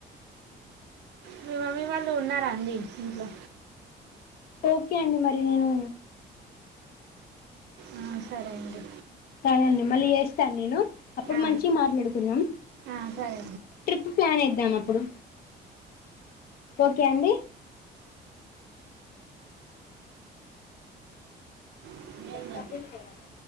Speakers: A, on the right; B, on the left.
A: మీ మమ్మీ వాళ్ళు ఉన్నారా అండి ఇంట్లో
B: ఓకే అండి మరి నేను
A: ఆ, సరే అండి
B: సరే అండి మళ్ళీ చేస్తాను నేను అప్పుడు
A: ఆ,
B: మంచి మాట్లాడుకుందం
A: ఆ, సరే
B: ట్రిప్ ప్లాన్ ఎద్దాం అప్పుడు ఓకే అండి
A: అండి
B: తప్పించుకున్నాం